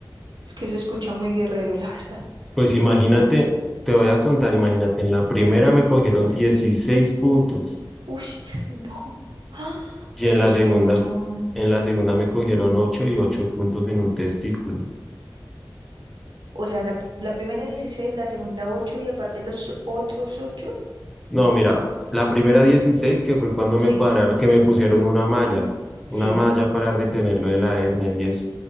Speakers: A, on the right; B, in the centre.
A: es que se escucha muy guerrero, la <laughs> verdad.
B: Pues imagínate,
A: Mm,
B: te voy a contar, imagínate, en la primera me cogieron
A: cuéntame.
B: 16 puntos
A: Uy, <laughs> ¡Ah!
B: y en
A: Eso
B: la
A: es
B: segunda,
A: un montón.
B: en la segunda me cogieron 8 y 8 puntos en un testículo.
A: O sea, la, la primera 16, la segunda ocho y aparte los otros 8,
B: No, mira, la primera 16 que fue cuando me
A: Sí,
B: cuadraron, que me pusieron una malla,
A: sí,
B: una malla para retenerlo de la hernia y eso.